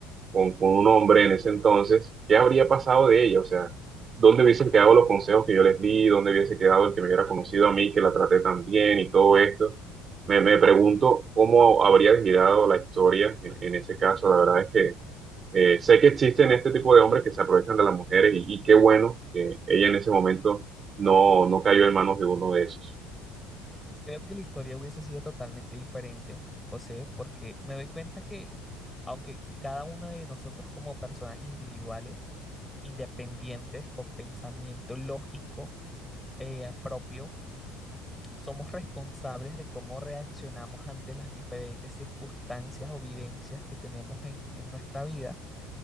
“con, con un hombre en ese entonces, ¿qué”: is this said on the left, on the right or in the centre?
Right